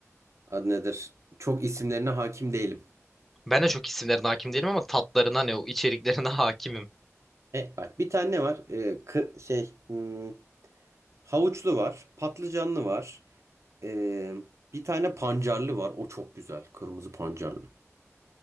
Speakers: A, on the right; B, in the centre.
A: adı nedir? Çok isimlerine hakim değilim.
B: Ben de çok isimlerine hakim değilim ama tatlarına hani o içeriklerine <laughs> hakimim.
A: E, bak bir tane ne var? E, kı- şey hmm, havuçlu var, patlıcanlı var. E, bir tane pancarlı var. O çok güzel. Kırmızı pancarlı.